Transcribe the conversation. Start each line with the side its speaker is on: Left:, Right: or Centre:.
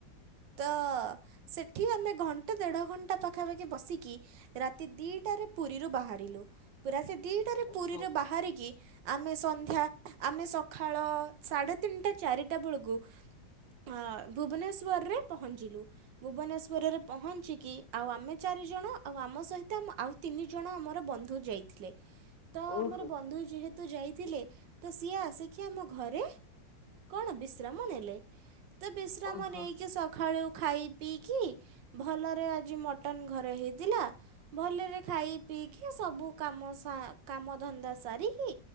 Right: ତ ସେଠି ଆମେ ଘଣ୍ଟେ ଦେଢ ଘ ଣ୍ଟା ପାଖାପାଖି ବସିକି ରାତି ଦିଇଟାରେ ପୁରୀରୁ ବାହାରିଲୁ ପୁରା ଦିଇଟାରେ
Left: ଓହୋ
Right: ପୁରୀରେ
Left: ହୁଁ
Right: ବାହାରିକି ଆମେ ସନ୍ଧ୍ୟା ଆମେ ସକାଳ ସାଢେ ତିନିଟା ଚାରିଟା ବେଳକୁ ଅ ଭୁବନେଶ୍ୱରରେ ପହଞ୍ଚିଲୁ ଭୁବନେଶ୍ୱରରେ ପହଞ୍ଚିକି ଆଉ ଆମେ ଚାରିଜଣ ଆଉ ଆମ ସହିତ ଆମ୍ ଆଉ ତିନି ଜଣ ଆମର ବନ୍ଧୁ ଯାଇଥିଲେ। ତ
Left: ଓହୋ
Right: ଆମର ବନ୍ଧୁ ଯେହେତୁ ଯାଇଥିଲେ ତ ସିଏ ଆସେ କିି ଆମ ଘରେ କଣ ବିଶ୍ରାମ ନେଲେ ତ ବିଶ୍ରାମ
Left: ଓହୋ
Right: ନେଇକି ସଖାଳୁ ଖାଇ ପିଇକି ଭଲରେ ଆଜି ମଟନ ଘରେ ହେଇଥିଲା ଭଲରେ ଖାଇ ପିଇକି ସବୁ କାମ ସା କାମ ଧ ନ୍ଦା ସାରିକି